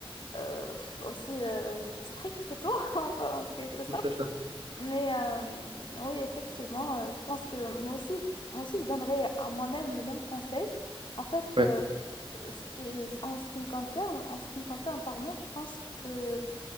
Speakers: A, on the left; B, on the right.
A: euh, aussi euh, stricte que toi, <laughs> enfin, en quelque sorte.
B: Oui, C'est ça.
A: Mais euh, oui, effectivement, euh, je pense que moi aussi, moi aussi, je donnerais à moi-même le même conseil. En fait,
B: Ouais,
A: euh, ce qui, en ce qui me concerne, en ce qui me concerne, pardon, je pense que